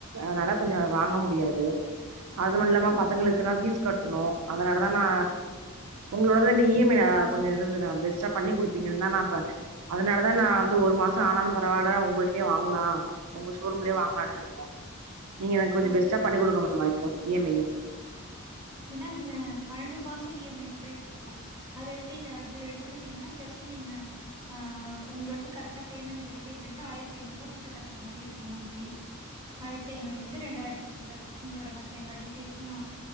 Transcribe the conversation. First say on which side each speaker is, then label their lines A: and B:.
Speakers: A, on the right; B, on the right.
A: அதனால கொஞ்சோ அத வாங்க முடியாது அதுவு இல்லாம
B: ஓ!
A: பசங்களுக்குல்லா ஃபீஸ் கட்ணு அதனாலதா நா உங்களோடதா இ எம் ஐ ஆ கொஞ்சோ இதுன்விரா பெஸ்டா பண்ணி குடுப்பீங்கனுதா நா இப்ப அதனாலதா நா வந்து ஒரு மாச ஆனாலு பரவால்ல உங்கள்ட்டயே வாங்கலா உங்க ஷோரூம்லயே வாங்கலான்ட்ருக்கோ நீங்க எனக்கு கொஞ்சம்
B: ஓ!
A: பெஸ்ட்டா பண்ணி குடுக்க முடியுமா இப்போ இ எம் ஐயி
B: அப்டின்னா நீங்க பன்னெண்டு மாசோ இ எம் ஐ கூட எடுத்துக்லாம் அது எடுத்துத்தீக அது எடுத்துக்கிட்டீங்ன்னா ஜஸ்ட்டு நீங்க ஆ உங்களோடது கரெக்ட்டா பேமெண்ட்டு வெரிஃபை பண்ணிட்டு ஆயிரத்தி ஐநூறுபா கிட்ட கட்ற மாரி இருக்கும் மந்த்லி ஆயிரத்த ஐநூறுலருந்து ரெண்டாயிரத்துக்குள்ள உங்ளோட மத்த எல்லா டீட்டெயில்ஸும் நா